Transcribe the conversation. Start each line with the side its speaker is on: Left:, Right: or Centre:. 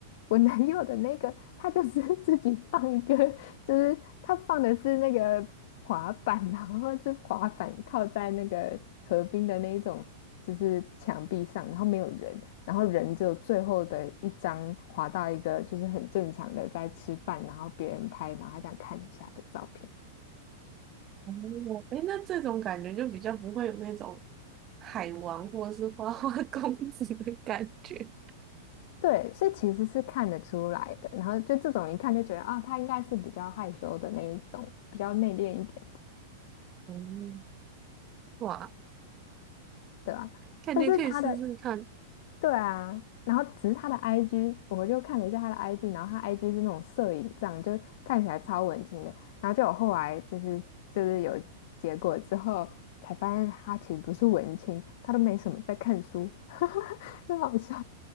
Left: 我男友的那个，他就是 <laughs> 自己放一个，就是他放的是那个滑板，然后是滑板靠在那个河滨的那一种，就是墙壁上，然后没有人，然后人只有最后的一张滑到一个就是很正常的在吃饭，然后别人拍，然后他这样看一下的照片。
Right: 哦，诶，那这种感觉就比较不会有那种海王或是花花 <laughs> 公子的感觉。
Left: 对，所以其实是看得出来的。然后就这种一看就觉得啊，他应该是比较害羞的那一种，比较内敛一点。
Right: 嗯，哇，
Left: 对啊，
Right: 感觉可以试试看。
Left: 但是他的对啊，然后只是他的 IG，我就看了一下他的 IG，然后他 IG 是那种摄影这样，就看起来超文青的。然后就我后来就是就是有结果之后，才发现他其实不是文青，他都没什么在看书，<laughs> 很好笑，